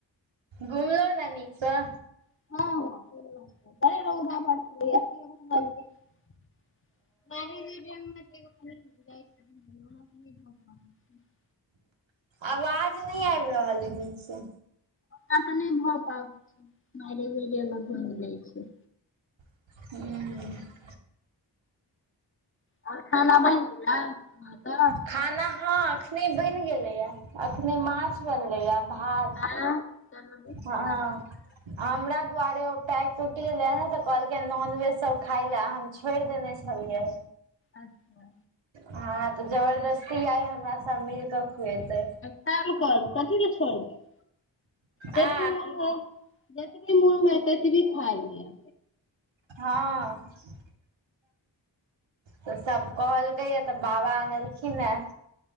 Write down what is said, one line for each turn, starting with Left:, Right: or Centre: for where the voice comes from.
Right: घुमलहु नऽ नीक सऽ
Left: हँ <unintelligible> <unintelligible>
Right: आवाज नहि आबि रहल अइ नीक सऽ
Left: तक नहि भऽ पाबै छैय मैरेजे डे लग घूमि जाय छैय
Right: हू
Left: आओर खाना बनि गलै अहाँक
Right: खाना हाँ अखने बनि गेलैये अखने माछ बनलेये आ भात
Left: <unintelligible> नीक
Right: हँ
Left: खाना अइ अहाँके
Right: आ
Left: माछ
Right: हमरा त दुआरे ओ पैर टूटि गेलैहें तऽ कहलकयहें नॉनवेज सब खााय ले हम छोड़ि देने छलियै
Left: अच्छा
Right: हँ तऽ जबरदस्ती आइ हमरा सब मिल कऽ खुएतै
Left: खाइल कर कथी ले छोड़बय जतबी
Right: आ
Left: मोन हुये जतबी मोन हुये ततबी खाय लिये
Right: हँऽ तऽ सब कहलकैये तऽ बाबा अनलखिन हें